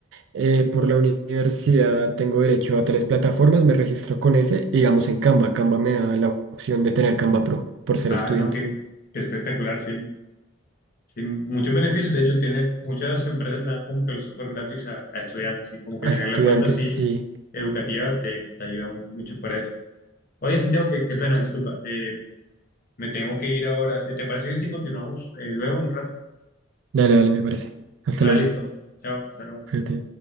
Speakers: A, on the right (about 65°); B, on the left (about 45°).
A: eh, por la universidad tengo derecho a tales plataformas, me registro con ese y digamos en Canva. Canva me da la opción de tener Canva Pro por ser
B: Ah,
A: estudiante.
B: no, qué, qué espectacular, sí. Sí, muchos beneficios, de hecho, tiene, muchas empresas dan como que los software gratis a, a estudiantes, así como que
A: A
B: tener
A: estudiantes,
B: la cuenta así
A: sí.
B: educativa te, te ayuda mu- mucho para eso. Oye, Santiago, qué, qué pena, disculpa. Eh, me tengo que ir ahora. Eh, ¿Te parece bien si continuamos eh, luego un rato?
A: Dale, dale, me parece. Hasta
B: Vale,
A: luego.
B: listo. Chao, hasta luego.
A: Fíjate.